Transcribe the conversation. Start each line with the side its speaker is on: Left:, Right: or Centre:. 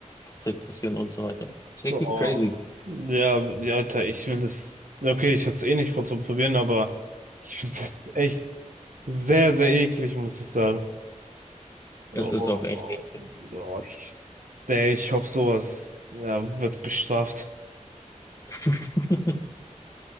Left: Depression und so weiter. Ist richtig
Right: Boah.
Left: crazy.
Right: Ja, die- Alter, ich will das. Okay, ich hatte es eh nicht vor zu probieren, aber ich finde das echt sehr, sehr eklig, muss ich sagen. Oh,
Left: Es ist
Right: oh,
Left: auch echt eklig.
Right: oh, ich, nee, ich hoffe, sowas ja, wird bestraft.
Left: <laughs>